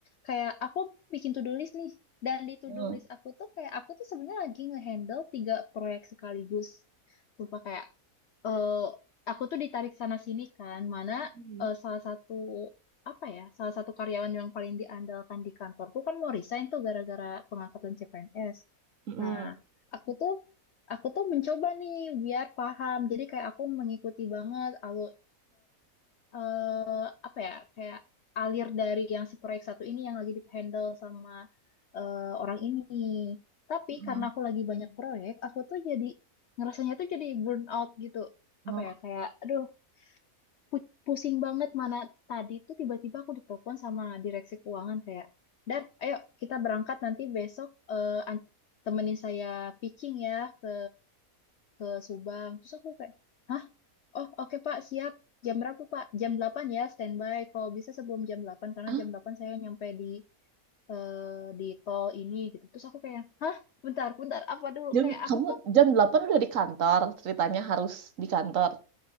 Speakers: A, on the left; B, on the right.
A: kayak aku bikin to-do list nih. Dan di to-do
B: Hmm.
A: list aku tuh kayak aku tuh sebenarnya lagi ngehandle tiga proyek sekaligus. Sumpah kayak eh aku tuh ditarik sana sini kan, mana
B: Hmm.
A: eh, salah satu apa ya, salah satu karyawan yang paling diandalkan di kantorku kan mau resign tuh gara-gara pengangkatan CPNS.
B: Mm-mm.
A: Nah, aku tuh aku tuh mencoba nih biar paham. Jadi kayak aku mengikuti banget alur eh apa ya kayak alir dari yang si proyek satu ini yang lagi di handle sama eh, orang ini. Tapi
B: Mm-mm.
A: karena aku lagi banyak proyek, aku tuh jadi ngerasanya tuh jadi burn out gitu.
B: Oh,
A: Apa ya kayak aduh pu- pusing banget mana tadi tuh tiba-tiba aku ditelepon sama direksi keuangan kayak Dan ayo kita berangkat nanti besok eh, an- temenin saya pitching ya ke ke Subang. Terus aku kayak, "Hah? Oh, oke Pak, siap. Jam berapa Pak? Jam 8 ya, standby. Kalau bisa sebelum jam 8 karena
B: Ah,
A: jam 8 saya nyampe di eh, di tol ini gitu. Terus aku kayak, hah? Bentar, bentar, apa dulu?
B: Jam,
A: Kayak
B: kamu
A: aku tuh,
B: jam 8 udah di kantor, ceritanya harus di kantor.